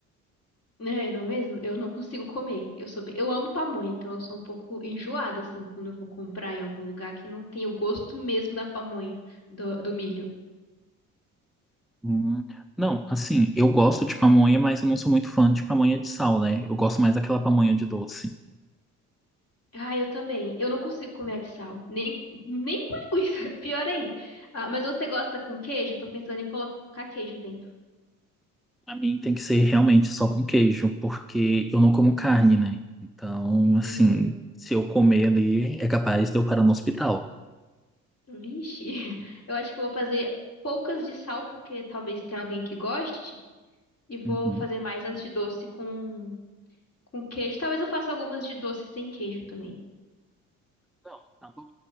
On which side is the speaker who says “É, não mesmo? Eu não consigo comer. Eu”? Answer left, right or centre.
Left